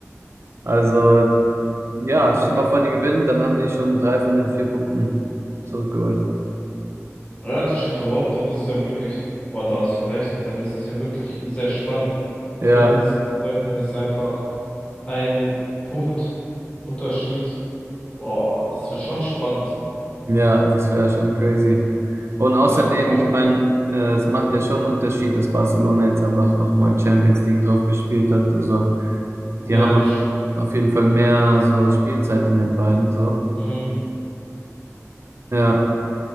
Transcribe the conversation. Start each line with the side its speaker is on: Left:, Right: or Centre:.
Right: Also ja, stell mal vor, die gewinnen, dann haben die schon drei von den vier Punkten zurückgeholt.
Left: Ja, das stimmt aber auch, dann ist es ja wirklich, boah, da hast du recht, dann ist es ja wirklich sehr spannend. Also
Right: Ja.
Left: wenn die das kriegen sollten, dann ist einfach ein Punkt Unterschied. Boah, das wäre schon spannend.
Right: Ja, das wäre schon crazy. Und außerdem,
Left: Ja, ab,
Right: ich meine, äh, es macht ja schon einen Unterschied, dass Barcelona jetzt einfach nochmal Champions League drauf gespielt hat. Also,
Left: ja,
Right: die haben
Left: das stimmt.
Right: auf jeden Fall mehr so Spielzeit in den Beinen, so.
Left: Mhm.
Right: Ja,